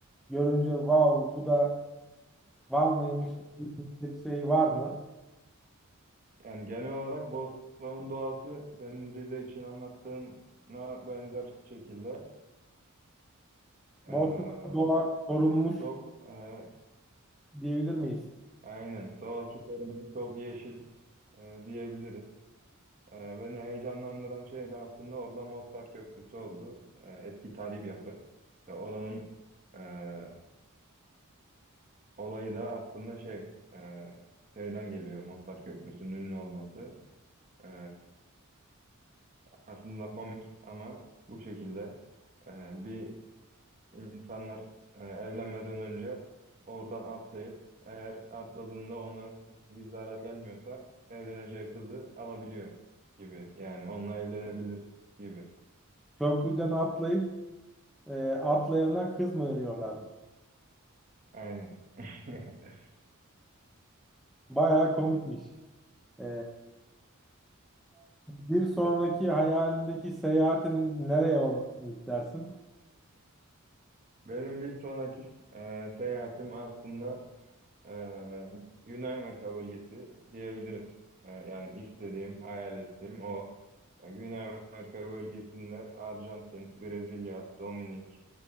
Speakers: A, in the centre; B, on the right.
A: görünce wow bu da var mıymış gibi bir şey var mı?
B: Yani genel olarak Bosna'nın doğası senin Rize için anlattığına benzer şekilde ee,
A: Bosna'da doğa korunmuş
B: çok ee,
A: diyebilir miyiz?
B: aynen doğası korunmuş, çok yeşil ee, diyebiliriz. Ee, beni heyecanlandıran şey de aslında orada Mostar Köprüsü oldu. Ee, eski tarihi bir yapı. Ve oranın ee, olayı da aslında şey ee, şeyden geliyor Mostar Köprüsü'nün ünlü olması. E, Aslında komik ama bu şekilde e, bir insanlar e, evlenmeden önce oradan atlayıp eğer atladığında ona bir zarar gelmiyorsa evleneceği kızı alabiliyor gibi. Yani onunla evlenebilir gibi.
A: Köprüden atlayıp e, atlayana kız mı veriyorlarmış?
B: Aynen. <laughs>
A: Bayağı komikmiş. E, Bir sonraki hayalindeki seyahatin nereye olmasını istersin?
B: Benim bir sonraki e, seyahatim aslında Ee, Güney Amerika bölgesi diyebilirim. Ee, yani istediğim, hayal ettiğim o. Ee, Güney Amerika bölgesinde Arjantin, Brezilya, Dominik,